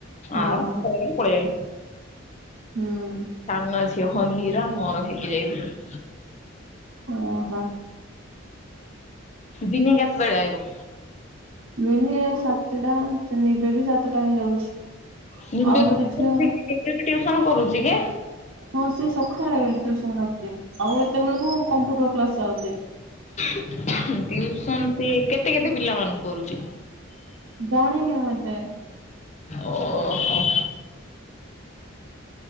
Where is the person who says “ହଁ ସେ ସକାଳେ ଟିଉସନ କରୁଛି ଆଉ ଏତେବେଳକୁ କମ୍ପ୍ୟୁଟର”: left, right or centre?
Right